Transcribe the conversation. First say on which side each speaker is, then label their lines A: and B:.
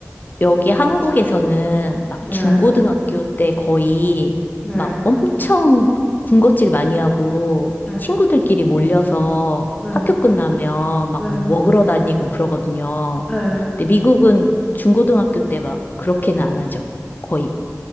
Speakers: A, on the left; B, on the left.
A: 여기 한국에서는 막
B: 네.
A: 중고등학교 때 거의
B: 네,
A: 막 엄청 군것질 많이 하고
B: 네,
A: 친구들끼리 몰려서
B: 네,
A: 학교 끝나면 막
B: 네,
A: 뭐 먹으러 다니고 그러거든요.
B: 네.
A: 근데 미국은 중고등학교 때 막 그렇게는 안 하죠. 거의.